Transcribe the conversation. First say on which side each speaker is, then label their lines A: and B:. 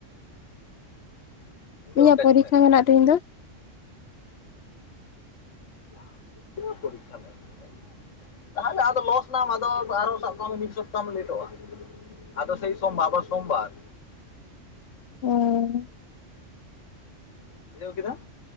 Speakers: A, on the left; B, on the left.
A: <inaudible>
B: ᱤᱧᱟᱹᱜ ᱯᱚᱨᱤᱠᱠᱷᱟ
A: ᱢᱚᱱᱮᱭᱮᱫ
B: ᱢᱮᱱᱟᱜ ᱛᱤᱧ ᱫᱚ᱾
A: <unintelligible> ᱛᱟᱦᱚᱸᱞᱮ ᱟᱫᱚ ᱞᱚᱥ ᱱᱟᱢ ᱟᱫᱚ ᱟᱨᱚᱦᱚᱸ ᱥᱟᱵᱽ ᱠᱟᱜ ᱢᱮ ᱢᱤᱫ ᱥᱚᱯᱛᱟᱢ ᱞᱮᱴᱚᱜ-ᱟ᱾ ᱟᱫᱚ ᱥᱮᱭ ᱥᱚᱢᱵᱟᱨ ᱟᱵᱟᱨ ᱥᱳᱢᱵᱟᱨ᱾
B: ᱦᱮᱸ᱾
A: ᱵᱩᱡᱷᱟᱹᱣ ᱠᱮᱫᱟ